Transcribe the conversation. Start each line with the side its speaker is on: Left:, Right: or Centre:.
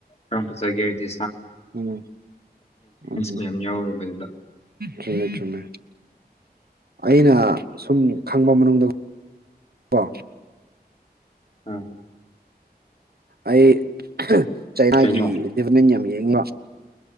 Left: ꯌꯥꯝ ꯐꯖꯥꯒꯦ ꯍꯥꯏꯗꯤ
Right: ꯎꯝ ꯎꯝ
Left: ꯃꯌꯥꯝ ꯌꯥꯎꯋꯦꯕ ꯑꯗꯨꯗ
Right: ꯆꯨꯝꯃꯦ ꯆꯨꯝꯃꯦ ꯑꯩꯅ ꯁꯨꯝꯅꯤ ꯈꯪꯕ ꯃꯅꯨꯡꯗ ꯀꯣ
Left: ꯑꯝ
Right: ꯑꯩ ꯑꯍ ꯆꯩꯅꯥꯒꯤ
Left: ꯀꯩꯅꯣ
Right: ꯗꯤꯚꯥꯞꯃꯦꯟ ꯌꯥꯝ ꯌꯦꯡꯕ